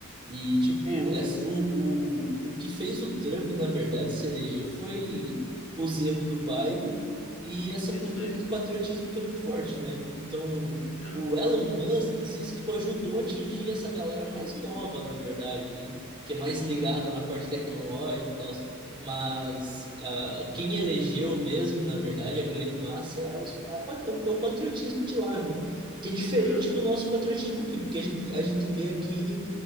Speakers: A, on the right; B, on the left.
A: E, tipo,
B: Isso.
A: essa, o, o, o que fez o Trump, na verdade, se eleger foi os erros do Biden e essa
B: Isso
A: cultura
B: aí.
A: de patriotismo que é muito forte, né? Então,
B: É.
A: o Elon Musk em si, tipo, ajudou a atingir essa galera mais nova, na verdade, né? Que é mais
B: Uhum.
A: ligada na parte tecnológica e tal. Mas ah, quem elegeu mesmo, na verdade, a grande massa é, os, a pa- é o é o patriotismo de lá, né? Que é diferente
B: É.
A: do nosso patriotismo aqui, porque a gente, a gente vê aqui